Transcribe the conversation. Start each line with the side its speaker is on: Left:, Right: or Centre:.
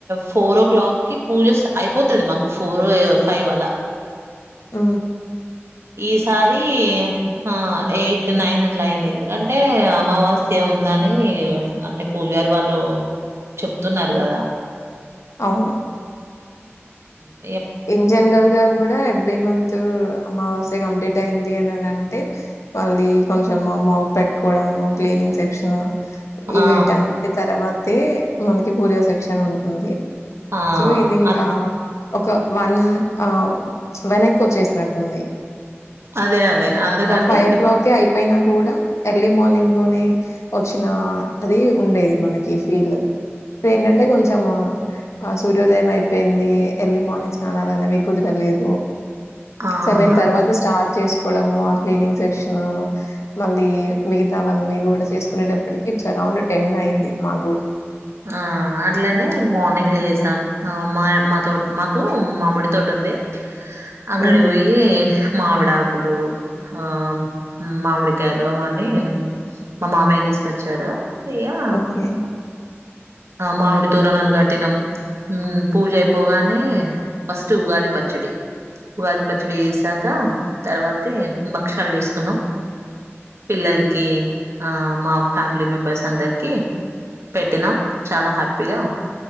Right: ఫోర్ ఓ క్లాక్కిి పూజ అయిపోతుంది మాకు ఫోర్ ఫైవ్ అలా
Left: ఆ
Right: ఈసారి ఆ ఎయిట్ నైన్ అట్లా అయింది ఎందుకంటే అమావాస్య ఉందని అంటే పూజారి వాళ్ళు చెప్తున్నారు కదా
Left: అవును
Right: ఉ
Left: ఇన్ జనరల్ గా కూడా ఎవ్రీ మంత్ అమ్మావాస్తే కంప్లీట్ అయింది అనిని అంటే మళ్ళీ కొంచెం మాప్ పెట్టుకోవడము క్లీనింగ్ సెక్షన్ ఈవేంటలాడి
Right: ఆ
Left: తర్వాతే మనకి పూజ సెక్షన్ ఉంటుంది
Right: ఆ
Left: సో ఇది ఇంకా
Right: అట్
Left: ఒక వన్ అ వెనక్ వచ్చేసినట్టు ఉంది,
Right: అదే అదే అందుకని
Left: ఫైవ్ ఓ క్లాక్హె అయిపోయినా కూడా ఎర్లీ మార్నింగ్ లోనే వచ్చిన అది ఉండేది మనకి ఫీల్ ఇ ఏంటంటే కొంచం కొంచ మా సూర్యోదయం అయిపోయింది ఎర్లీ మార్నింగ్ చాలానవి కుదరలేదు
Right: ఆ
Left: సెవెన్ తర్వాత
Right: అందుకు
Left: స్టార్ట్ చేసు డము ఆ క్లీనింగ్ సెక్షన్ మళ్ళీ మిగతావన్నీ కూడా చేసుకునేటప్పటికి అరౌండ్ టెన్ అయింది మా కూడా
Right: ఆ అట్లనే మార్నింగ్లు చేసాం మా మాతో మాకు మామిడి తోటి ఉంది అంగడి
Left: హుహు.
Right: పోయి మావిడ ఆకులు ఆ మామిడికాయలు అవన్నీ మా మామయ్య తీసుకొచ్చారు ఇగ
Left: ఓకే
Right: మామిడి తోరణాలు కట్టినాం పూజ అయిపోగానే ఫస్ట్ ఉగాది పచ్చడి ఉగాది పచ్చడి చేసాక తర్వాతే భక్షాలు చేసుకున్నాం పిల్లలకి మా ఫ్యామిలీ మెంబెర్స్ అందరికి పెట్టినాం చాలా హ్యాపీగా